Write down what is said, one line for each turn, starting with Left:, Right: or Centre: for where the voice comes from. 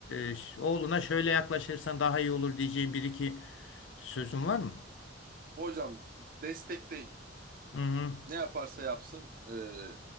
Left: e, ş- oğluna şöyle yaklaşırsan daha iyi olur diyeceğim bir iki sözün var mı?
Right: Hocam destekleyin.
Left: Hı hı.
Right: Ne yaparsa yapsın e,